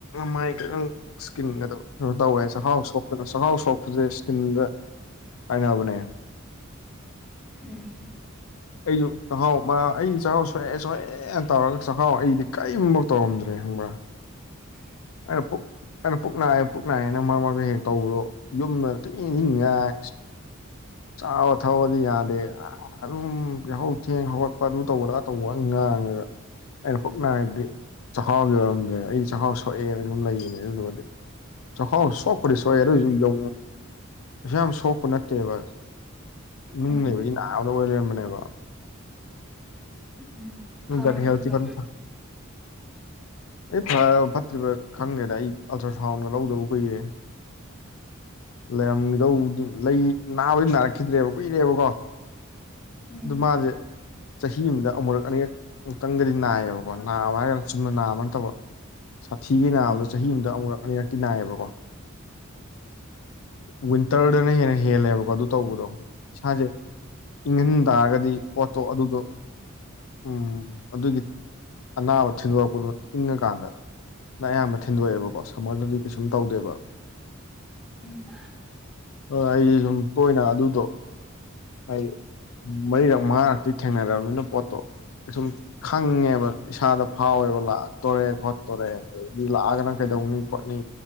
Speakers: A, on the left; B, in the centre.
A: ꯃꯥꯏ ꯈꯤꯇꯪ ꯏꯁꯀꯤꯟꯒꯗꯣ ꯀꯩꯅꯣ ꯇꯧꯋꯦ ꯆꯥꯛꯈꯥꯎ ꯁꯣꯛꯇꯅꯁꯨ ꯆꯥꯛꯈꯥꯎ ꯁꯣꯛꯄꯁꯦ ꯏꯁꯀꯤꯟꯗ ꯇꯥꯏꯅꯕꯅꯦ
B: ꯎꯝ
A: ꯑꯩꯁꯨ ꯆꯥꯛꯈꯥꯎ ꯑꯩ ꯆꯥꯛꯈꯥꯎ ꯁꯣꯛꯑꯦ ꯁꯣꯛꯑꯦꯅ ꯇꯧꯔꯒ ꯆꯥꯛꯈꯥꯎ ꯑꯩꯗꯤ ꯀꯔꯤꯝ ꯕꯎ ꯇꯧꯔꯝꯗ꯭ꯔꯦ ꯈꯪꯕ꯭ꯔ
B: <inaudible>
A: ꯑꯩꯅ ꯄꯨꯛ ꯑꯩꯅ ꯄꯨꯛ ꯅꯥꯏꯑꯦ ꯄꯨꯛ ꯅꯥꯏꯌꯦꯅ ꯃꯔꯛ ꯃꯔꯛꯇ ꯍꯦꯛ ꯇꯧꯕꯗꯣ ꯌꯨꯝꯗ
B: ꯎꯝ
A: <unintelligible> ꯉꯥꯏ ꯆꯥꯕ ꯊꯛꯑꯣꯗꯤ ꯌꯥꯗꯦ ꯑꯗꯨꯝ ꯌꯥꯍꯧ ꯊꯦꯡ ꯍꯧꯒꯠꯄ ꯑꯗꯨ ꯇꯧꯕ ꯑꯥꯗꯥ ꯇꯧꯕ ꯉꯥꯡꯉꯒ ꯑꯩꯅ ꯄꯨꯛꯅ ꯅꯥꯏꯗꯤ ꯆꯥꯛꯈꯥꯎꯒꯤ ꯑꯣꯏꯔꯝꯗ꯭ꯔꯦꯕ ꯑꯩ ꯆꯥꯛꯈꯥꯎ ꯁꯣꯛꯑꯦꯅ ꯑꯗꯨꯝ ꯂꯩꯕꯅꯦ ꯑꯗꯨꯗꯨꯒꯗꯤ ꯆꯥꯛꯈꯥꯎ ꯁꯣꯛꯄꯗꯤ ꯁꯣꯛꯑꯦ ꯑꯗꯨ ꯑꯣꯏꯁꯨ ꯌꯧ ꯀꯩꯁꯨꯌꯥꯝ ꯁꯣꯛꯄ ꯅꯠꯇꯦꯕ ꯅꯨꯡ
B: ꯎꯝ
A: ꯂꯩꯕꯒꯤ ꯅꯥꯕꯗꯣ ꯑꯣꯏ ꯂꯩꯔꯝꯕꯅꯦꯕ
B: ꯎꯝ ꯐꯔꯕꯣ
A: ꯒꯠ ꯍꯦꯜꯊꯇꯤ
B: ꯍꯧꯖꯤꯛꯇꯤ
A: ꯐꯖꯅ ꯑꯩ ꯐꯔꯕ ꯐꯠꯇ꯭ꯔꯤꯕ ꯈꯪꯗꯦꯗ ꯑꯩ ꯑꯜꯇ꯭ꯔ ꯁꯥꯎꯟꯒ ꯂꯧꯗꯕ ꯀꯨꯏꯔꯦ ꯂꯩꯔꯝꯒꯤꯗꯧꯗꯤ ꯂꯩ ꯅꯥꯕꯗꯤ ꯅꯥꯔꯛꯈꯤꯗ꯭ꯔꯦꯕ ꯀꯨꯏꯔꯦꯕꯀꯣ
B: ꯎꯝ
A: ꯑꯗꯨ ꯃꯥꯁꯦ ꯆꯍꯤ ꯑꯃꯗ ꯑꯃꯨꯔꯛ ꯑꯅꯤꯔꯛ ꯃꯨꯛꯇꯪꯗꯤ ꯅꯥꯏꯌꯦꯕ ꯀꯣ ꯅꯥꯕ ꯍꯥꯏꯔꯒꯅ ꯆꯨꯝꯅ ꯅꯥꯕ ꯅꯠꯇꯕ ꯁꯥꯊꯤꯒꯩ ꯅꯥꯕꯗꯣ
B: ꯎꯝ ꯎꯝ
A: ꯆꯍꯤ ꯑꯃꯗ ꯑꯃꯨꯔꯛ ꯑꯅꯤꯔꯛ ꯇꯤ ꯅꯥꯏꯌꯦꯕꯀꯣ ꯋꯤꯟꯇꯔꯗꯅ ꯍꯦꯟꯅ ꯍꯦꯜꯂꯦꯕꯀꯣ ꯑꯗꯨ ꯇꯧꯕꯗꯣ ꯏꯁꯥꯁꯦ ꯏꯪꯍꯟ ꯇꯥꯔꯒꯗꯤ ꯄꯣꯠꯇꯣ ꯑꯗꯨꯗꯣ ꯎꯝ ꯑꯗꯨꯒꯤ ꯑꯅꯥꯕ ꯊꯤꯟꯗꯣꯔꯛꯄꯗꯨ ꯏꯪꯉ ꯀꯥꯟꯗ ꯑꯗꯨꯃꯥꯏꯅ ꯑꯌꯥꯝꯕ ꯊꯤꯟꯗꯣꯛꯑꯦꯕꯀꯣ ꯁꯝꯃꯔꯗꯗꯤ ꯀꯩꯁꯨꯝ ꯇꯧꯗꯦꯕ
B: ꯎꯝ
A: ꯍꯣꯏ ꯑꯩꯗꯤ ꯁꯨꯝ ꯇꯣꯏꯅ ꯑꯗꯨꯗꯣ ꯍꯥꯏ ꯃꯔꯤꯔꯛ ꯃꯉꯥꯔꯛꯇꯤ ꯊꯦꯡꯅꯔꯕꯅꯤꯅ ꯄꯣꯠꯇꯣ ꯁꯨꯝ ꯈꯪꯉꯦꯕ ꯏꯁꯥꯗ ꯐꯥꯎꯋꯦꯕ ꯇꯣꯔꯦ ꯈꯣꯠꯇꯣꯔꯦ ꯑꯗꯨꯗꯒꯤ ꯂꯥꯛꯑꯒꯅ ꯀꯩꯗꯧꯅꯤ ꯈꯣꯠꯅꯤ